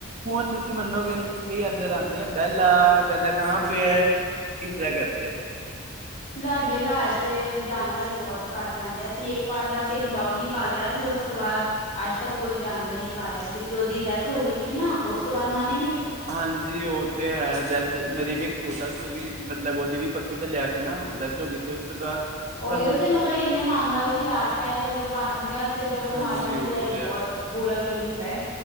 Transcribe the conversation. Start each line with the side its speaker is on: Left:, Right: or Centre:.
Right: ਹੁਣ ਤੁਸੀਂ ਮੰਨੋਗੇ ਨਹੀਂ, ਜਿਸ ਤਰ੍ਹਾਂ ਅੰਦਰ ਆਉਂਦੇ ਬੈਲਾ-ਬੈਲਾ ਕਹਾ ਪੇ ਹੈ। ਇਸਸ ਤਰ੍ਹਾਂ ਕਰਦੇ ਆ।
Left: ਸਾਡੇ ਘਰ ਤੇ ਜਾਨਵਰ ਬਹੁਤ ਘੱਟ ਆਦੇ ਆ ਸੀ ਇੱਕ ਵਾਰ ਬਸ ਇੱਕ ਡੋਗੀ ਪਾ ਲਿਆ ਸੀ ਉਸ ਤੋਂ ਬਾਅਦ ਅੱਜ ਤੱਕ ਕੋਈ ਜਾਨਵਰ ਨਹੀ ਪਾਇਆ ਕਿਉਂਕਿ ਉਹਦੀ ਡੈਥ ਹੋ ਗਈ ਸੀ ਨਾ, ਉਸ ਤੋਂ ਬਾਅਦ ਮਨ ਹੀ ਨੀ
Right: ਹਾਂਜੀ ਉਹ ਫਿਰ ਹੈ ਡੈਥ ਮੇਰੀ ਵੀ ਇੱਕ ਤੋਤਾ ਸੀ ਉਹ ਵੀ ਮਤਲਬ ਉਹ ਓਦੀ ਵੀ ਪੱਖੇ ਤੇ ਥਲੇ ਆ ਕੇ ਨਾ ਡੈਥ ਹੋ ਗਈ ਸੀ ਉਸ ਤੋਂ ਬਾਅਦ
Left: ਉਹੀ
Right: ਸਾਨੂੰ
Left: ਉ ਤੇ ਮਤਲਬ ਇੰਨੇ ਮਨ ਨਾਲ ਅਸੀਂ ਲਾਡ- ਪਿਆਰ ਕਰਕੇ ਪਾਲਣਦੇ ਹਾਂ। ਫੇਰ ਜਬ ਉ
Right: ਹਾਂਜੀ
Left: ਮਰ ਜਾਂਦੇ
Right: ਉਹ
Left: ਤੇ ਏ
Right: ਹੈ
Left: ਬਹੁਤ ਬੁਰਾ ਫੀਲ ਹੁੰਦਾ ਹੈ।